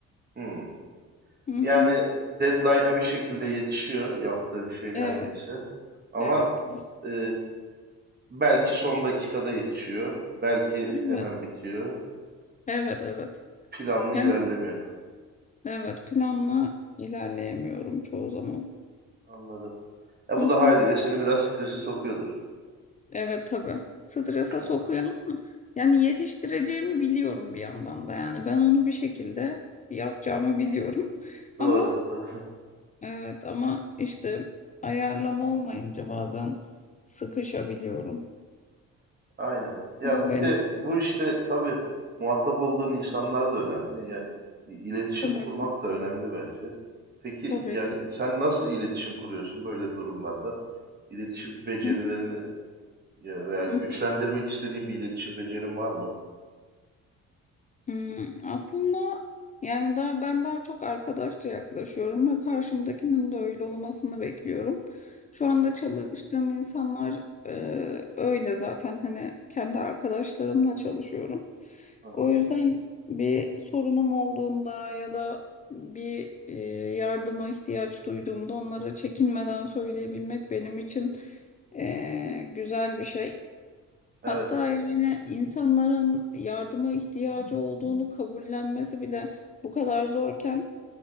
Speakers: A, on the right; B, on the left.
A: Hmm.
B: Hı hı.
A: Yani deadline'a bir şekilde yetişiyor yaptığın şey her
B: Evet,
A: neyse. Ama
B: evet.
A: e, belki son dakikada yetişiyor. Belki
B: Evet.
A: hemen bitiyor.
B: Evet evet.
A: planlı
B: Yani
A: ilerlemiyor.
B: evet planla ilerleyemiyorum çoğu zaman.
A: Anladım. Ya
B: Hı
A: bu
B: hı.
A: da haliyle seni biraz strese sokuyordur.
B: Evet tabii. Strese
A: Yani
B: sokuyor ama yani yetiştireceğimi biliyorum bir yandan da yani ben onu bir şekilde yapacağımı biliyorum. <laughs>
A: doğru,
B: Ama
A: doğru.
B: evet ama işte ayarlama olmayınca bazen sıkışabiliyorum.
A: <laughs> Aynen. Ya
B: Bu benim
A: bir de bu işte tabii muhatap olduğun insanlar da önemli. Yani i- iletişim
B: tabii
A: kurmak da önemli bence. Peki
B: tabii
A: yani
B: ki.
A: sen nasıl iletişim kuruyorsun böyle durumlarda? İletişim becerilerini
B: Hı
A: ya veya güçlendirmek
B: hı.
A: istediğin bir iletişim becerin var mı?
B: Hmm, aslında yani daha ben daha çok arkadaşça yaklaşıyorum ve karşımdakinin de öyle olmasını bekliyorum. Şu anda
A: Aha,
B: çalıştığım insanlar e, öyle zaten hani kendi arkadaşlarımla çalışıyorum.
A: aha.
B: O yüzden bir sorunum olduğunda ya da bir e, yardıma ihtiyaç duyduğumda onlara çekinmeden söyleyebilmek benim için e, güzel bir şey.
A: Evet.
B: Hatta yani insanların yardıma ihtiyacı olduğunu kabullenmesi bile bu kadar zorken